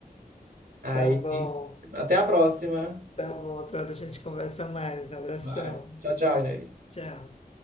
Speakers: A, on the right; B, on the left.
A: Aí,
B: Tá bom,
A: até a próxima.
B: tá bom. Outra hora a gente conversa mais. Abração.
A: Vai. Tchau, tchau, Inês.
B: Tchau.